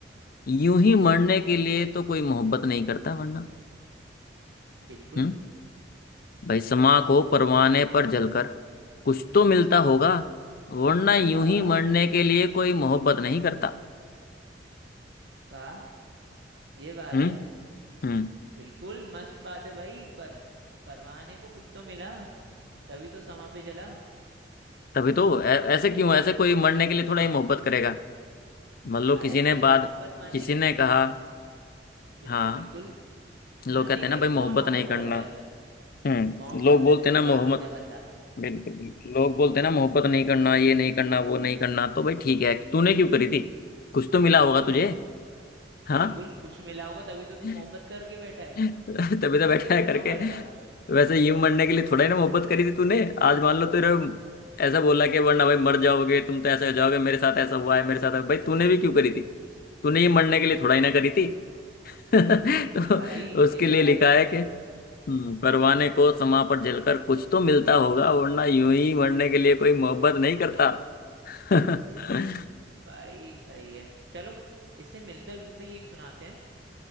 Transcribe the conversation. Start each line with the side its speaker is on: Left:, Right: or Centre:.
Left: यूं ही मरने के लिए तो कोई मोहब्बत नहीं करता वरना
Right: बिल्कुल
Left: हम्म भाई समा को परवाने पर जलकर कुछ तो मिलता होगा वरना यूं
Right: वाह
Left: ही
Right: वाह
Left: मरने के लिए कोई मोहब्बत नहीं करता
Right: वाह ये बात
Left: हम्म
Right: है
Left: हम्म
Right: बिल्कुल मस्त बात है भाई पर परवाने को कुछ तो मिला तभी तो समा पे जला
Left: तभी तो ऐ- ऐसे क्यों ऐसे कोई मरने के लिए थोड़ा ही मोहब्बत करेगा मान लो किसी
Right: अरे
Left: ने
Right: भाई
Left: बाद
Right: मोहब्बत मानने
Left: किसी
Right: के-
Left: ने कहा
Right: बिल्कुल
Left: हाँ
Right: बिल्कुल
Left: लोग
Right: मानने
Left: कहते हैं
Right: के
Left: ना
Right: लिए
Left: भाई मोहब्बत
Right: कौन मोहब्बत
Left: नहीं करना
Right: करता है
Left: हम्म
Right: मोहब्बत
Left: लोग बोलते
Right: में कुर्बान
Left: हैं ना मोहब्बत
Right: होता है बंदा
Left: बिल्कुल लोग बोलते हैं ना मोहब्बत नहीं करना ये नहीं करना वो नहीं करना तो भाई ठीक है तूने क्यों करी थी कुछ तो मिला होगा तुझे
Right: <laughs>
Left: हाँ
Right: बिल्कुल कुछ मिला होगा तभी तो
Left: <laughs>
Right: तू मोहब्बत करके बैठा है
Left: तभी तो
Right: वरना
Left: बैठा
Right: तू
Left: है करके
Right: क्यों करता
Left: वैसे यूं मरने के लिए थोड़ा ही ना मोहब्बत करी थी तूने आज मान लो तेरे ऐसा बोला कि वरना भाई मर जाओगे तुम तो ऐसे हो जाओगे मेरे साथ ऐसा हुआ है मेरे साथ है। भाई तूने भी क्यों करी थी तूने ये मरने के लिए थोड़ा ही ना करी थी <laughs> तो
Right: बिल्कुल भाई
Left: उसके
Right: ये
Left: लिए
Right: बात
Left: लिखा
Right: सच
Left: है
Right: है
Left: हम्म, परवाने को समा पर जलकर कुछ तो मिलता होगा वरना यूं ही मरने के लिए कोई मोहब्बत नहीं करता <laughs> हम्म
Right: भाई सही है चलो इससे मिलता जुलता ही एक सुनाते हैं